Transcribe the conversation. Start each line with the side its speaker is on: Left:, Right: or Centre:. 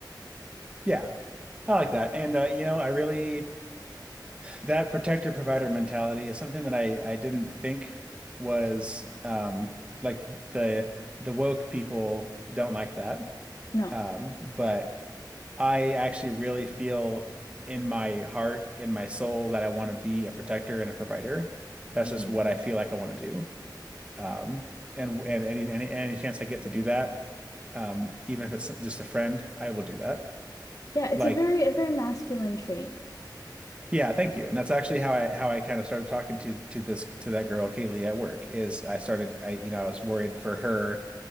Right: Yeah, I like that. And uh, you know, I really. That protector provider mentality is something that I I didn't think was um like the the woke people don't like that.
Left: No.
Right: Um, but I actually really feel in my heart, in my soul, that I want to be a protector and a provider. That's
Left: Mhm.
Right: just what I feel like I want to do. Um, and and any any any chance I get to do that, um, even if it's just a friend, I will do that.
Left: Yeah, it's
Right: Like
Left: a very a very masculine trait.
Right: Yeah, thank you. And that's actually how I how I kind of started talking to to this to that girl Kaylee at work is I started I you know I was worried for her